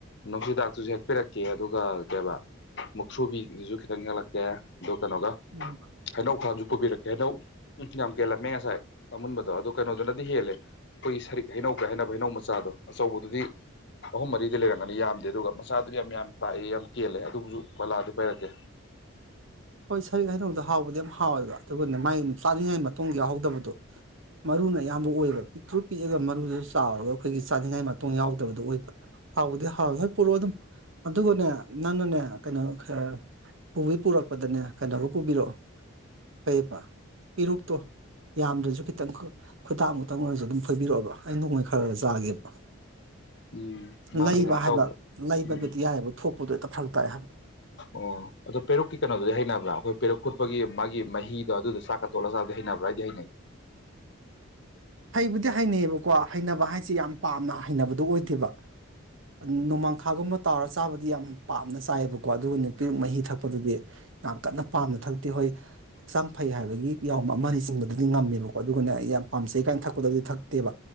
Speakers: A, on the left (about 55°); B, on the right (about 65°).
A: ꯅꯨꯡꯁꯤꯗꯥꯛꯇꯖꯨ ꯍꯦꯛꯄꯤꯔꯛꯀꯦ ꯑꯗꯨꯒ ꯀꯩꯕꯥ ꯃꯨꯛꯊ꯭ꯔꯨꯕꯤ ꯑꯗꯨꯖꯨ ꯈꯤꯇꯪ ꯍꯦꯛꯂꯛꯀꯦ ꯑꯗꯨꯒ ꯀꯩꯅꯣꯒ
B: ꯎꯝ ꯀꯩꯅꯣꯒ
A: ꯍꯩꯅꯧ ꯈꯔꯖꯨ ꯄꯨꯕꯤꯔꯛꯀꯦ ꯍꯩꯅꯧ ꯑꯨꯝ ꯌꯥꯝ ꯀꯦꯜꯂꯝꯃꯦ ꯉꯁꯥꯏ ꯑꯃꯨꯟꯕꯗꯣ ꯑꯗꯨ ꯀꯩꯅꯣꯗꯨꯅꯗꯤ ꯍꯦꯜꯂꯦ ꯑꯩꯈꯣꯏꯒꯤ ꯁꯔꯤꯛ ꯍꯩꯅꯧꯀꯥꯏ ꯍꯥꯏꯅꯕ ꯍꯩꯅꯧ ꯃꯆꯥꯗꯣ ꯑꯆꯧꯕꯗꯨꯗꯤ ꯑꯍꯨꯝ ꯃꯔꯤꯗꯤ ꯂꯩꯔꯝꯒꯅꯤ ꯌꯥꯝꯗꯦ ꯑꯗꯨꯒ ꯃꯆꯥꯗꯨꯗꯤ ꯌꯥꯝ ꯌꯥꯝ ꯇꯥꯛꯑꯦ ꯌꯥꯝ ꯀꯦꯜꯂꯦ ꯑꯗꯨꯕꯨꯖꯨ ꯄꯂꯥꯛꯑꯗꯤ ꯄꯥꯏꯔꯛꯀꯦ꯫
B: ꯍꯣꯏ ꯁꯔꯤꯛ ꯍꯩꯅꯧꯗꯣ ꯍꯥꯎꯕꯗꯤ ꯌꯥꯝ ꯍꯥꯎꯋꯦꯕ ꯑꯗꯨꯒꯅꯦ ꯃꯥꯏ ꯆꯥꯅꯤꯡꯉꯥꯏ ꯃꯇꯣꯡ ꯌꯥꯎꯍꯧꯗꯕꯗꯣ ꯃꯔꯨꯅ ꯑꯌꯥꯝꯕ ꯑꯣꯏꯕ ꯄꯤꯛꯇ꯭ꯔꯨ ꯄꯤꯛꯑꯒ ꯃꯔꯨꯗꯨ ꯆꯥꯎꯔꯒ ꯑꯩꯈꯣꯏꯒꯤ ꯆꯥꯅꯤꯡꯉꯥꯏ ꯃꯇꯣꯡ ꯌꯥꯎꯗꯕꯗꯣ ꯑꯣꯏꯕ꯫ ꯍꯥꯎꯕꯨꯗꯤ ꯍꯥꯎꯋꯦ ꯍꯣꯏ ꯄꯨꯔꯛꯑꯣ ꯑꯗꯨꯝ ꯑꯗꯨꯒꯅꯦ ꯅꯪꯅꯅꯦ ꯀꯩꯅꯣꯗꯣ ꯈꯔ ꯄꯨꯕꯤ ꯄꯨꯔꯛꯄꯗꯅꯦ ꯀꯩꯅꯣꯗꯣ ꯄꯨꯕꯤꯔꯛꯑꯣ ꯀꯩꯕ ꯄꯤꯔꯨꯛꯇꯣ꯫ ꯌꯥꯝꯗ꯭ꯔꯖꯨ ꯈꯤꯇꯪ ꯈꯨꯗꯥꯞꯑꯝꯇꯪ ꯑꯣꯏꯔꯖꯨ ꯑꯗꯨꯝ ꯐꯣꯏꯕꯤꯔꯛꯑꯣꯕ ꯑꯩ ꯅꯣꯡꯃꯩ ꯈꯔ ꯈꯔ ꯆꯥꯒꯦꯕ꯫
A: ꯎꯝ ꯃꯥꯗꯤ
B: ꯂꯩꯕ
A: ꯀꯩꯅꯣ
B: ꯍꯥꯏꯕ
A: ꯇꯧꯕ
B: ꯂꯩꯕꯕꯨꯗꯤ
A: ꯎꯝ
B: ꯌꯥꯏꯑꯕ ꯊꯣꯛꯄꯗꯣ ꯍꯦꯛꯇ ꯐꯔꯛ ꯇꯥꯏ ꯍꯥꯏꯕ꯫
A: ꯑꯣ ꯑꯗꯣ ꯄꯦꯔꯨꯛꯀꯤ ꯀꯩꯅꯣꯗꯨꯗꯤ ꯍꯩꯅꯕ꯭ꯔꯥ ꯑꯩꯈꯣꯏ ꯄꯦꯔꯨꯛ ꯐꯨꯠꯄꯒꯤ ꯃꯥꯒꯤ ꯃꯍꯤꯗꯣ ꯑꯗꯨꯗꯣ ꯆꯥꯛꯀ ꯇꯣꯠꯂ ꯆꯥꯕꯗꯤ ꯍꯩꯅꯕ꯭ꯔꯥ ꯑꯩꯗꯤ ꯍꯩꯅꯩ꯫
B: ꯍꯩꯕꯨꯗꯤ ꯍꯩꯅꯩꯌꯦꯕꯀꯣ ꯍꯩꯅꯕ ꯍꯥꯏꯁꯤ ꯌꯥꯝ ꯄꯥꯝꯅ ꯍꯩꯅꯕꯗꯨ ꯑꯣꯏꯗꯦꯕ꯫ ꯑꯟ ꯅꯣꯡꯃꯥꯡꯈꯥꯒꯨꯝꯕ ꯇꯥꯎꯔ ꯆꯥꯕꯗꯤ ꯌꯥꯝ ꯄꯥꯝꯅ ꯆꯥꯏꯌꯦꯕꯀꯣ ꯑꯗꯨꯒ ꯅꯨꯄꯤꯔꯨꯛ ꯃꯍꯤ ꯊꯛꯄꯗꯨꯗꯤ ꯌꯥꯝ ꯀꯟꯅ ꯄꯥꯝꯅ ꯊꯛꯇꯦ ꯍꯣꯏ꯫ ꯍꯛꯆꯥꯡ ꯐꯩ ꯍꯥꯏꯕꯒꯤ ꯌꯥꯎꯝ ꯑꯃ ꯑꯅꯤ ꯆꯤꯡꯕꯗꯨꯗꯤ ꯉꯝꯃꯦꯕꯀꯣ ꯑꯗꯨꯒꯅꯦ ꯑꯩ ꯌꯥꯝ ꯄꯥꯝꯖꯩ ꯀꯥꯏꯅ ꯊꯛꯄꯗꯣ ꯑꯗꯨꯗꯤ ꯊꯛꯇꯦꯕ꯫